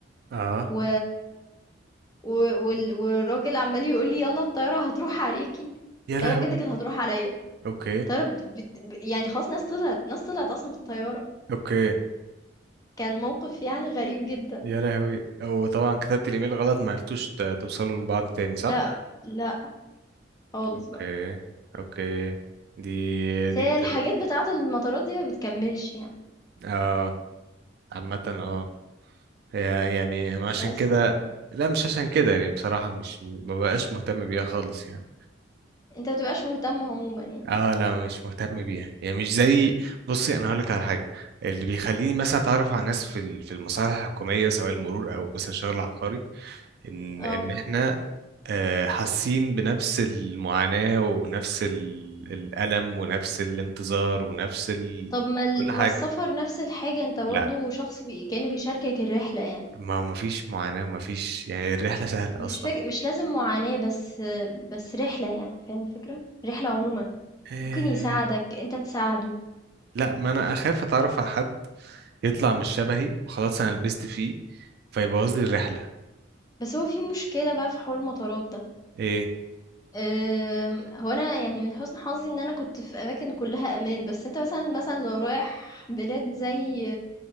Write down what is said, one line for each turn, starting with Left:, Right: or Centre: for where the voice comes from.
Right: اه
Left: و... و... وال... والراجل عمال يقول لي يلا الطيارة هتروح عليكي
Right: يا
Left: الطيارة
Right: لهوي
Left: بجد كانت هتروح عليا
Right: اوكي
Left: الطيارة بت... بت... ب- يعني خلاص ناس طلعت ناس طلعت أصلا في الطيارة
Right: اوكي
Left: كان موقف يعني غريب جدا
Right: يا لهوي او طبعا كتبت الايميل غلط ما عرفتوش ت- توصلوا لبعض تاني صح
Left: لا لا خالص
Right: اوكي
Left: بقى
Right: اوكي دي
Left: بس
Right: دي
Left: هي
Right: بت...
Left: الحاجات بتاعة المطارات دي ما بتكملش يعني
Right: اه عامة اه يا- يعني أنا عشان
Left: بس
Right: كده
Left: يعني
Right: لا مش عشان كده يعني بصراحة مش ما بقاش مهتم بيها خالص يعني
Left: انت مبتبقاش مهتم عموما يعني
Right: اه لا مش مهتم بيها يعني مش زي بصي انا هقولك على حاجة اللي بيخليني مثلا اتعرف على ناس في ال- في المصالح الحكومية سواء المرور او مثلا شغل عقاري ان
Left: آه.
Right: ان احنا آه، حاسين بنفس المعاناة ونفس ال- الألم ونفس الانتظار ونفس ال...
Left: طب ما ال
Right: كل حاجة
Left: ما السفر نفس الحاجة أنت برضه
Right: لا
Left: شخص بي كأنه بيشاركك الرحلة يعني،
Right: ما ما فيش معاناة وما فيش يعني الرحلة سهلة
Left: مش
Right: أصلا
Left: فاك مش لازم معاناة بس بس رحلة يعني، فاهم الفكرة؟ رحلة عمومًا،
Right: آه،
Left: ممكن يساعدك، أنت تساعده،
Right: لا ما أنا أخاف أتعرف على حد يطلع مش شبهي وخلاص أنا لبست فيه فيبوظ لي الرحلة
Left: بس هو في مشكلة بقى في حوار المطارات ده،
Right: إيه
Left: آمم، هو أنا يعني من حسن حظي إن أنا كنت في أماكن كلها أمان، بس أنت مثلًا مثلًا لو رايح بلاد زي